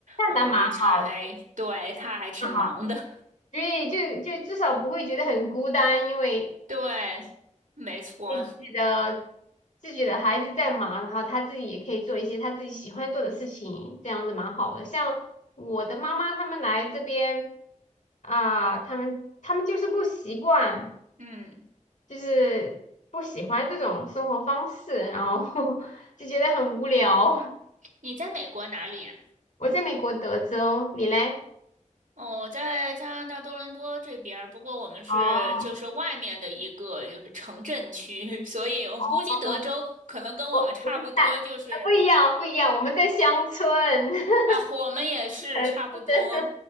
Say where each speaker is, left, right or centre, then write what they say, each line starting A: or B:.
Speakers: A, on the right; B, on the left.
A: 嗯，
B: 那蛮好。
A: 他还，对，他还挺忙的。
B: 啊，
A: <laughs>
B: 对，就就至少不会觉得很孤单，因为
A: 对，没错。
B: 自己的自己的孩子在忙，然后他自己也可以做一些他自己喜欢做的事情，这样子蛮好的。像我的妈妈他们来这边啊，他们他们就是不习惯，
A: 嗯，
B: 就是不喜欢这种生活方式，然后 <laughs> 就觉得很无聊。
A: 你在美国哪里呀？
B: 我在美国德州，你嘞？
A: 哦，我在加拿大多伦多这边儿，不过我们是就是外面的一个就是城镇区，
B: 哦
A: <laughs> 所以我估计德州可能跟我们差不多，
B: 哦，我我们在
A: 就是
B: 不一样，不一样，我们在乡村。<laughs>
A: 啊，我们也是差不多，
B: 嗯，是的